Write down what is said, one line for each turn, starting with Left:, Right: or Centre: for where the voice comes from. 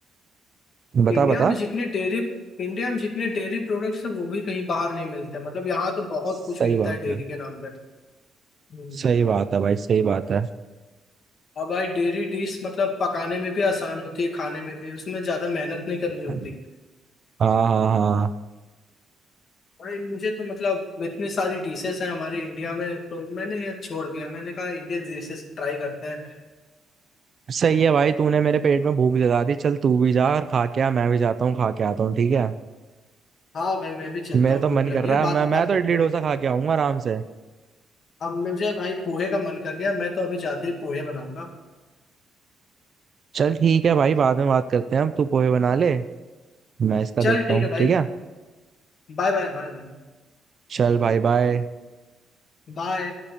Right: बता
Left: इंडिया
Right: बता
Left: में जितने डेयरी इंडिया में जितने डेयरी प्रोडक्ट्स हैं वो भी कहीं बाहर नहीं मिलते मतलब यहाँ तो बहुत
Right: सही
Left: कुछ मिलता
Right: बात
Left: है डेयरी
Right: है
Left: के नाम पर हम्म।
Right: सही बात है भाई सही बात
Left: और भाई डेयरी डिश मतलब पकाने में भी आसान होती है खाने में भी उसमें ज्यादा मेहनत नहीं करनी होती
Right: है हाँ हाँ हाँ
Left: भाई मुझे तो मतलब इतनी सारी डिशेस हैं हमारे इंडिया में तो मैंने ये छोड़ दिया मैंने कहा इंडियन डिशेस ट्राई करते हैं
Right: सही है भाई तूने मेरे पेट में भूख जगा दी चल तू भी जा और खा के आ मैं भी जाता हूँ खा के आता हूँ ठीक है
Left: हाँ भाई मैं भी चलता
Right: मेरा
Left: हूँ
Right: तो
Left: भूख
Right: मन
Left: लगी
Right: कर रहा
Left: है बाद
Right: है मैं
Left: में बात
Right: मैं तो
Left: करते
Right: इडली
Left: हैं
Right: डोसा खा के आऊंगा आराम से
Left: अब मुझे भाई पोहे का मन कर गया मैं तो अभी जाते ही पोहे बनाऊंगा
Right: चल ठीक है भाई बाद में बात करते हैं हम तू पोहे बना ले मैं इसका
Left: चल
Right: देखता
Left: ठीक
Right: हूँ
Left: है भाई
Right: ठीक है
Left: बाय बाय बाय भाई
Right: चल भाई बाय
Left: बाय